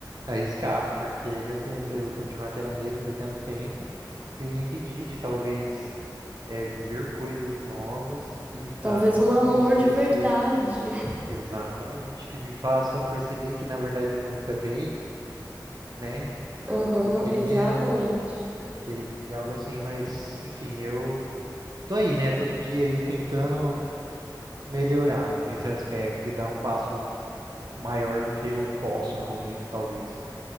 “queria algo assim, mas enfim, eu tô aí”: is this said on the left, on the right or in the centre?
Right